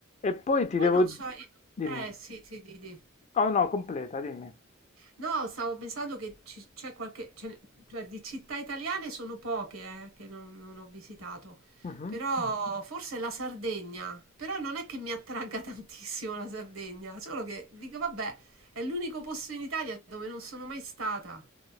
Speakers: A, on the left (about 35°); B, on the right (about 80°).
A: E poi ti
B: Poi
A: devo...
B: non so,
A: Dimmi.
B: eh sì, sì, di, di.
A: Oh no, completa, dimmi.
B: No, stavo pensando che ci- c'è qualche, ce ne- cioè, di città italiane sono poche, eh, che non, non ho visitato,
A: Mhm.
B: però forse la Sardegna, però non è che mi attragga <laughs> tantissimo la Sardegna, solo che dico, vabbè, è l'unico posto in Italia dove non sono mai stata,